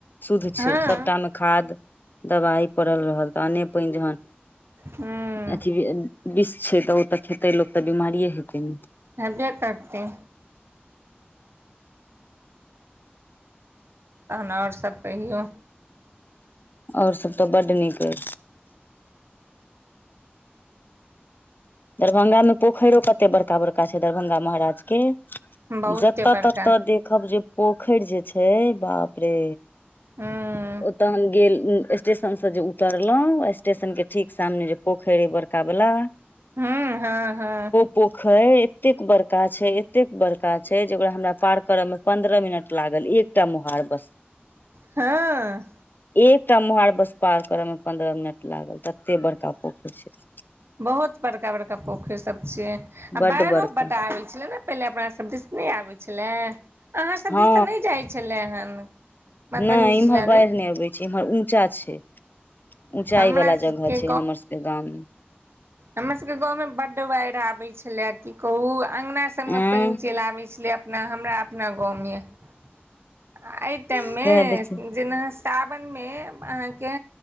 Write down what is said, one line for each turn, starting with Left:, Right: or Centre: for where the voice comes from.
Left: शुद्ध
Right: हँ
Left: छै सबटा मे खाद दबाइ पड़ल रहल तहने पनि जहन
Right: हूँ
Left: अथी भी बिष छै तऽ ओ तऽ खेतै लोक तऽ बिमारिए हेतै ने
Right: हबे करतै तहन आओर सब कहियौ
Left: आओर सब तऽ बड्ड नीक अइ दरभंगा मे पोखइरो कते बड़का बड़का छै दरभंगा महाराज के
Right: बहुते
Left: जत
Right: बड़का
Left: तत देखब जे पोखरि जे छै बाप रे
Right: ह्म
Left: ओ तह हम गेल स्टेशन से जे उतरलहुं स्टेशन के ठीक सामने जे पोखरि अई बड़ का बला
Right: ह्म हँ हँ
Left: पोखरि एतेक बड़का छै एतेक बड़का छै जे ओकरा हमरा पार करअ में पन्द्रह मिनट लागल एकटा मोहार बस
Right: हँ
Left: एकटा मोहार बस पार कर में पन्द्रह मिनट लागल तत्ते बड़का पोखरि छै से
Right: बहत बड़का बड़का पोखरि सब छै आ
Left: बड्ड
Right: बाइरो
Left: बड़का
Right: बड्ड आबैे छलै नै पहिले अपना सब दिस नहि आबै छलै अहाँ सब
Left: हँ
Right: दिस तऽ नहि जाइ छलै हन मधुबनी
Left: नहि इम्हर
Right: जिला
Left: बाढ़ि
Right: मे
Left: नहि अबै छै इम्हर ऊँचा छै ऊँचाई
Right: हमरा
Left: वाला
Right: सबके
Left: जगह छै हमर सबके गाम
Right: हमर सबके गाँवमे बड्ड बाढ़ि आबै छलै की कहू अंगना सबमे
Left: एं
Right: पानि चलि आबैत छलैया ना हमरा अपना गाँवमे आ अय टाइम
Left: सएह
Right: मे
Left: देखियौ
Right: जेना सावनमे अहाँके